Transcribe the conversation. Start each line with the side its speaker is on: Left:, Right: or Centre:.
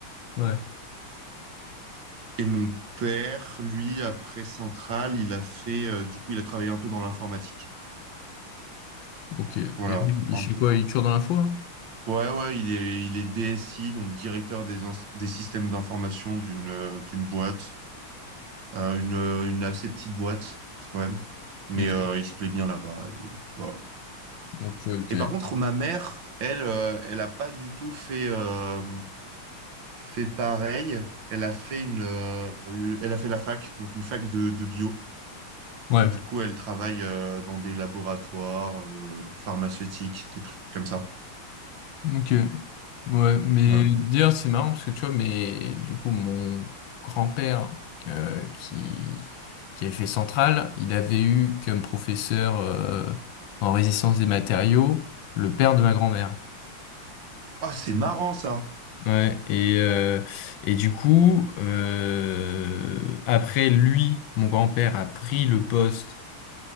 Left: ouais
Right: Et mon père, lui, après Centrale, il a fait, euh, du coup, il a travaillé un peu dans l'informatique.
Left: ok et,
Right: Voilà.
Left: il il
Right: En-
Left: fait quoi il est toujours dans l'info là
Right: Ouais, ouais, il est, il est DSI, donc directeur des, ins- des systèmes d'information d'une euh, d'une boîte, Euh, une, euh, une assez petite boîte quand même, mais
Left: ok
Right: euh, il se plaît bien là-bas. Il- Voilà.
Left: ok ok
Right: Et par contre, ma mère, elle, euh, elle a pas du tout fait, euh, fait pareil. Elle a fait une, euh, une- elle a fait la fac, donc une fac de, de bio.
Left: ouais
Right: Et du coup, elle travaille euh, dans des laboratoires euh, pharmaceutiques, des trucs comme ça.
Left: Ok. Ouais, mais
Right: Voilà.
Left: dire c'est marrant parce que tu vois, mais du coup, mon grand-père euh, qui, qui avait fait Centrale, il avait eu comme professeur euh, en résistance des matériaux le père de ma grand-mère.
Right: Ah, c'est marrant ça.
Left: Ouais, et, euh, et du coup, euh, après lui, mon grand-père a pris le poste